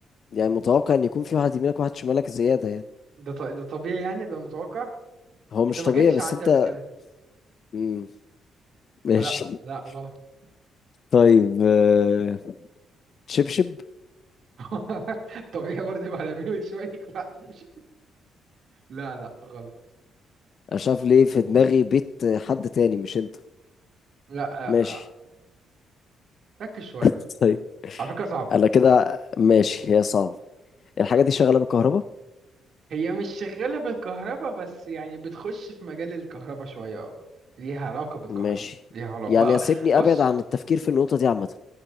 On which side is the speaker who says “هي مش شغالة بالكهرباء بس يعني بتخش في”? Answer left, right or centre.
Right